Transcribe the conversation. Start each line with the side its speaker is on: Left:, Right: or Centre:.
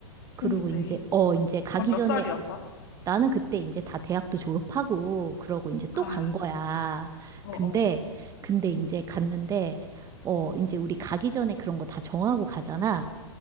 Right: 그리고
Left: 홈스테이.
Right: 이제 어 이제 가기
Left: 어, 몇
Right: 전에
Left: 살이었어?
Right: 나는 그때 이제 다 대학도 졸업하고 그러고 이제
Left: 아,
Right: 또 간 거야.
Left: 어,
Right: 근데
Left: 어,
Right: 근데 이제 갔는데 어 이제 우리 가기 전에 그런 거 다 정하고 가잖아.